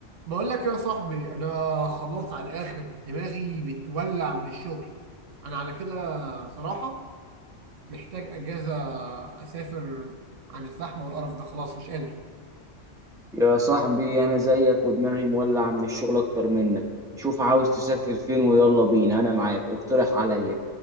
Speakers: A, on the right; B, in the centre.
A: بقول لك يا صاحبي انا خلاص على الاخر دماغي بتولع من الشغل انا على كده صراحة محتاج اجازة اسافر عن الزحمة والقرف ده خلاص مش قادر
B: يا صاحبي انا زيك ودماغي مولع من الشغل اكتر منك شوف عاوز تسافر فين ويلا بينا انا معاك اقترح عليا